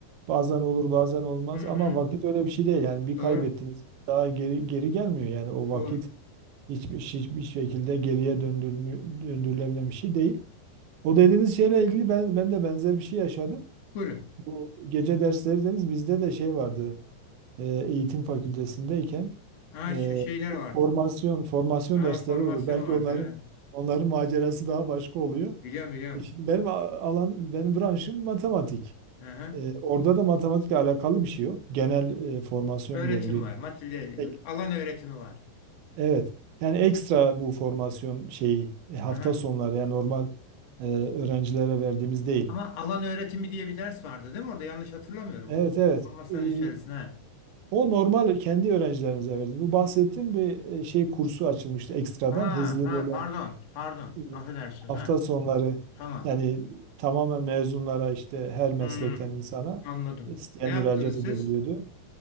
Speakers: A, on the right; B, on the left.
A: Bazen olur, bazen olmaz
B: Hı hı.
A: ama vakit öyle bir şey değil. Yani bir
B: Doğru,
A: kaybettiniz, daha geri geri gelmiyor. Yani o vakit
B: doğru.
A: hiçbir hiçbir şekilde geriye döndürmü, döndürülebilen bir şey değil. O dediğiniz şeyle ilgili ben ben de benzer bir şey yaşadım.
B: Buyurun.
A: Bu gece dersleri dediniz bizde de şey vardı. e, eğitim fakültesindeyken
B: Ha
A: e,
B: şu şeyler
A: bu
B: vardı.
A: formasyon formasyon
B: Ha
A: dersleri
B: formasyon
A: olur. Belki
B: vardı.
A: onların
B: ha.
A: onların macerası daha başka oluyor.
B: Biliyorum, biliyorum.
A: E Şimdi benim a- alan, benim branşım matematik.
B: Aha.
A: E, orada da matematikle alakalı bir şey yok. Genel e, formasyon
B: Öğretim
A: veriliyor.
B: var, materyal,
A: Tek-
B: alan öğretimi var.
A: evet. Yani ekstra bu formasyon şeyi e, hafta
B: Aha.
A: sonları yani normal e, öğrencilere verdiğimiz değil.
B: Ama alan öğretimi diye bir ders vardı değil mi orada? Yanlış hatırlamıyorum.
A: Evet
B: O
A: evet.
B: formasyonun
A: E,
B: içerisine.
A: o normal kendi öğrencilerimize verdiğimiz. Bu bahsettiğim bir e, şey kursu açılmıştı ekstradan
B: Ha
A: hızlı
B: ha
A: böyle
B: pardon pardon
A: e,
B: affedersiniz
A: hafta
B: ha
A: sonları
B: tamam
A: yani tamamen mezunlara işte her meslekten
B: Hmm,
A: insana
B: anladım
A: isteyen
B: ne yaptınız
A: müracaat edebiliyordu.
B: siz